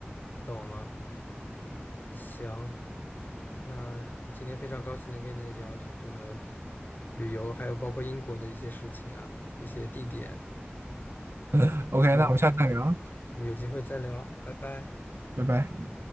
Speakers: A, on the left (about 50°); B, on the right (about 75°).
A: 懂了。行，那今天非常高兴能跟你聊这个旅旅游，还有包括英国的一些事情啊，一些地点。
B: <laughs>
A: 嗯那我
B: OK，那我们下次再聊啊，
A: 我们有机会再聊，拜拜。
B: 拜拜。